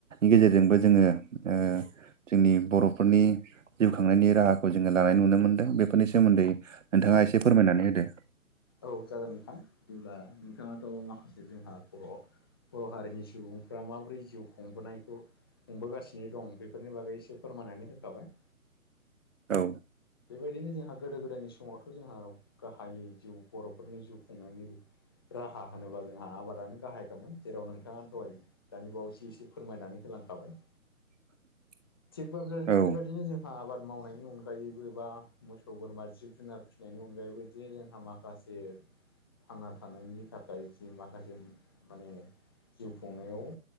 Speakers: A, on the right (about 60°); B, on the left (about 15°).
A: गेजेरजोंबो जोंङो ओ जोंनि बर'फोरनि जिउ खांनायनि राहा खौ जोंङो लानाय नुनो मोनदों बेफोरनि सोमोन्दै नोंथाङा एसे फोरमायनानै होदो
B: औ जागोन नोंथां बिदिब्ला नोंथाङाथ' माखासे जोंहा ख बर' हारिनि सुबुंफ्रा माबोरै जिउ खुंबोनायखौ खुंबोगासिनो दं बेफोरनि बागै एसे फोरमायनानै होखाबाय
A: औ
B: बेबायदिनो जोंहा गोदो गोदायनि समावथ' जोंहा गाहायै जिउ बर'फोरनि जिउ खुंनानै राहा होनोबा जोंहा आबादानो गाहायखाममोन। जेराव नोंथाङा दहाय दानि बावसो एसे फोरमायनानै होलांखाबाय
A: <unintelligible>
B: थिगबाबो
A: औ
B: बेबायदिनो जोंहा आबाद मावनायनि अनगायै ब'बेबा मोसौ बोरमा जिब-जुनार फिसिनायनि अनगायैबोदि जे जोंहा माखासे थांना थानायनि थाखाय जि माखासे माने जिउ खुंनायाव